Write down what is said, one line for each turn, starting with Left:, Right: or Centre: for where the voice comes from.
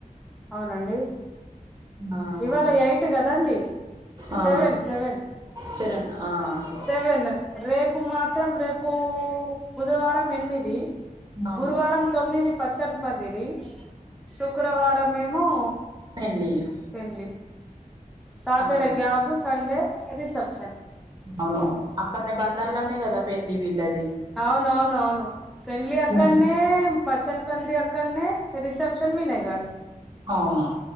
Centre: అవునండి
Right: ఆహా
Centre: ఇవాళ ఎయిట్ కదా అండీ
Right: ఆ
Centre: సెవెన్ సెవెన్
Right: చరణ్ ఆ
Centre: సెవెన్ రేపు మాత్ త్రం రేపు బుధవారం ఎనిమిది
Right: అవును.
Centre: గురువారం తొమ్మిది పచ్చన్ పందిరి శుక్రవారం మెమో
Right: హళ్లియో
Centre: పెండ్లి సాటర్డే
Right: మరి.
Centre: గ్యాబు సండే రిసెప్షన్
Right: అవును అక్కడనే బంధంలోనే కదా పెండ్లి వీళ్ళది
Centre: అవునవును అవును పెండ్లీ అక్కన్నే
Right: హ్మ్.
Centre: పచ్చని పందిరి అక్కడన్నే రిసెప్షన్ వినయ్ గాడు
Right: అవునా